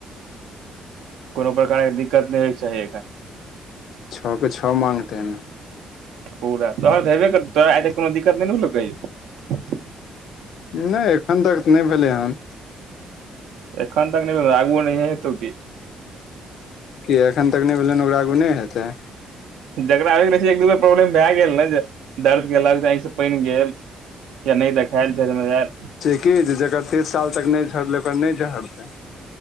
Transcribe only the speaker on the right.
कोनो प्रकार के दिक्कत नहि होय के चाही एखन।
पूरा तोहर तऽ हेबे करतौ तोरा आइ तक कोनो दिक्कत नहि ने होलौ कहियौ।
एखन तक नहि आगू नहि हेतो कि
जकरा हो गेलै एक दू बेर प्रॉब्लम भए गेल ने जे दर्द कक से पानि गेल। नहि तार झ म यार